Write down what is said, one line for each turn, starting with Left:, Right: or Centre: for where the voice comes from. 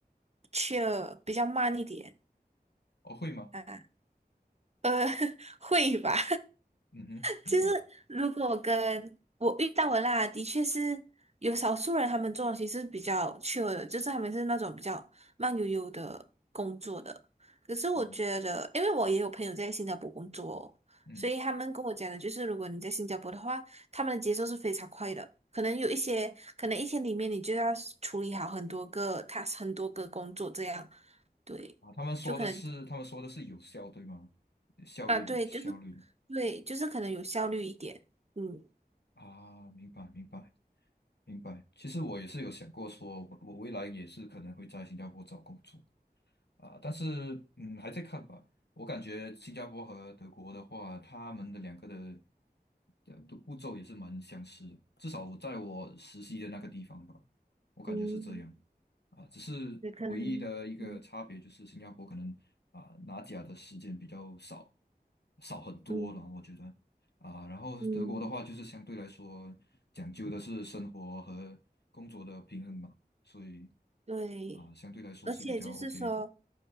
Right: chill，比较慢一点
Left: 哦，会吗？
Right: 啊，呃，<laughs> 会吧？
Left: 嗯哼，明白。
Right: 就是如果跟我遇到的啦，的确是有少数人他们做东西是比较 chill 的，就是他们是那种比较慢悠悠的工作的。可是我觉得，
Left: 嗯
Right: 因为我也有朋友在新加坡工作哦，
Left: 嗯
Right: 所以他们跟我讲的就是，如果你在新加坡的话，他们的节奏是非常快的。可能有一些，可能一天里面你就要处理好很多个 task，很多个工作这样，对，
Left: 啊，他们说的是他们说的是有效，
Right: 就可能
Left: 对吗？效率效率
Right: 啊，对，就是对，就是可能有效率一点，嗯。
Left: 啊，明白明白明白。其实我也是有想过说，我我未来也是可能会在新加坡找工作。啊，但是嗯，还在看吧。我感觉新加坡和德国的话，他们的两个的的的步骤也是蛮相似的，至少在我实习的那个地方吧，我感觉是这样。
Right: 嗯，
Left: 啊，只是唯一的一个差别就是新加坡可能啊拿奖的时间比较少，
Right: 也可能，嗯
Left: 少很多了，
Right: 嗯
Left: 我觉得啊。然后德国的话，
Right: 嗯，
Left: 就是相对来说讲究的是生活和工作的平衡吧，所以
Right: 对，
Left: 啊相对来说是比较
Right: 而且就是说，
Left: OK 的。